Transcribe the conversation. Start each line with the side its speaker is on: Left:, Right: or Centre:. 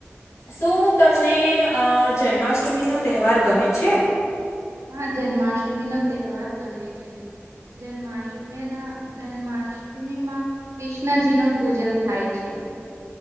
Left: શું તમને અ જન્માષ્ટમીનો તહેવાર ગમે છે
Right: હા જન્માષ્ટમી નો તહેવાર ગમે છે જન્માષ્ટમીના જન્માષ્ટમીમાં કૃષ્ણજી નું પૂજન થાય છે